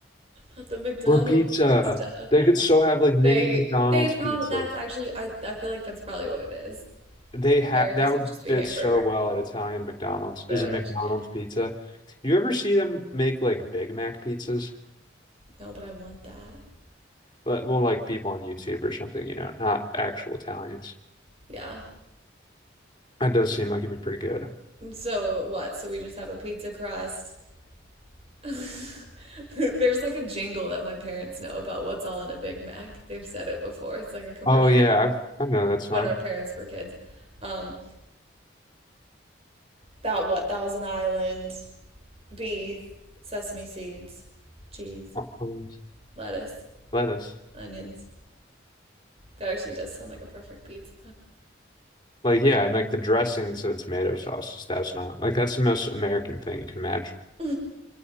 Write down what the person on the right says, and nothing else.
Not the McDonald's
pasta.
They
they probably
that's actually I I feel like that's probably what it is.
America's
would just be
hamburger.
That
would
actually yeah.
No, but I want that.
Yeah.
So what? So we just have a pizza crust. <laughs> There's like a jingle that my parents know about what's all in a Big Mac. They've said it before. It's like a commercial
when our parents were kids. Um, that what? Thousand Island, beef, sesame seeds, cheese,
lettuce,
onions. That actually does sound like a perfect pizza.
<laughs>